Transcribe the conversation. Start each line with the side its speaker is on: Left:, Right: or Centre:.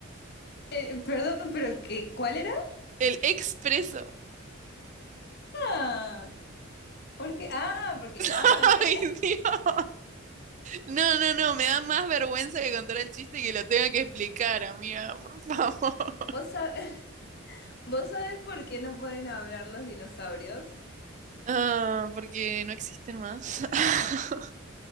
Left: Eh, perdón, pero qué, ¿cuál era?
Right: El expreso.
Left: Ah, ¿Por qué? Ah, porque, ah,
Right: <laughs>
Left: ¿qué?
Right: Ay, Dios. No, no, no, me da más vergüenza que contar el chiste y que lo tenga que explicar, amiga, por <laughs> favor.
Left: <laughs> ¿Vos sab- <laughs> vos sabés por qué no pueden hablar los dinosaurios?
Right: Ah, porque no existen más. <laughs>